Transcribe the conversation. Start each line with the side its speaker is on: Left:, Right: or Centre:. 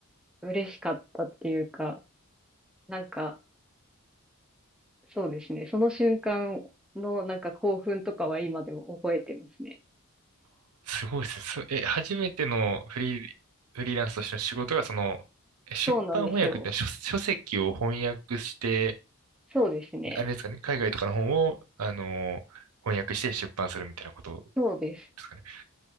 Centre: 嬉しかったっていうか、なんか、そうですね。その瞬間のなんか興奮とかは今でも覚えてますね。
Right: <laughs> すごいですね。そえ、初めてのフリー、フリーランスとしての仕事が、その、え出版翻訳って書、
Centre: そうなんですよ。
Right: 書籍を翻訳して、
Centre: そうですね。
Right: あれですかね、海外とかの本を、あの、翻訳して出版するみたいなことで
Centre: そうです。
Right: すかね。